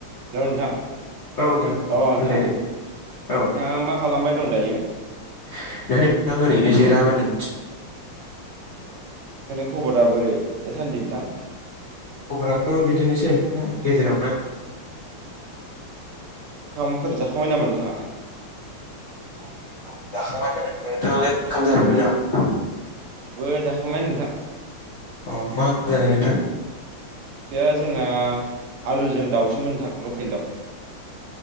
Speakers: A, on the right; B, on the left.
A: Hello नोंथां
B: औ नोंथां औ
A: अ नोंथां
B: होनलायदो
A: नोंथाङा
B: औ
A: मा खालामबाय दं दायो?
B: <unintelligible> नोंथां ओरैनो जिरायलाबाय नङ।
A: आदसा नोंथांनि खबरा बोरै दासान्दि नथां?
B: खबराथ बिदिनोसै नोंथां गेजेरावनो।
A: ओंखामफोर जाखांबाय नामा नोंथाङा?
B: ओंखाम जाखांबायमोन नोंथाङालाय ओंखाम जाबायमो नामा?
A: आंबो जाखांबाय नोंथां।
B: अ मा ओंख्रि जानाय नोंथां
A: ओंख्रिया जोंना आलुजों दाउसोमोन नोंथां लकेल दाउ।